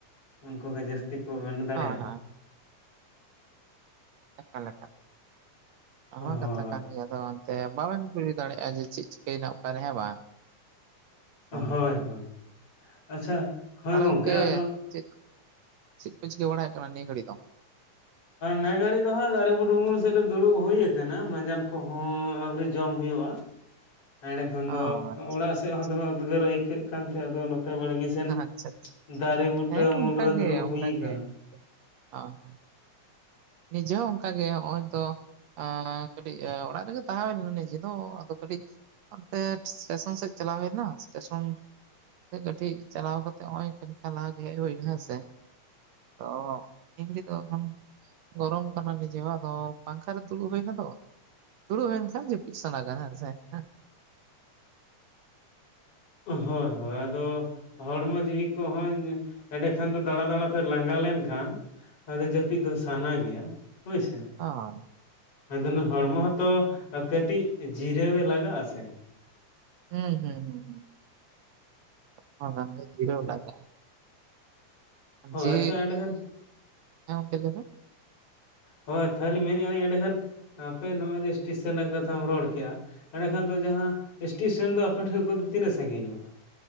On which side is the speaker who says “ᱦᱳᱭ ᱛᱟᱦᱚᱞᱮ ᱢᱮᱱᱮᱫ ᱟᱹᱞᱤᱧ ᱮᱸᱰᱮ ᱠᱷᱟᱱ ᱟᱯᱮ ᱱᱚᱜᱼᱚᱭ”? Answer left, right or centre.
Left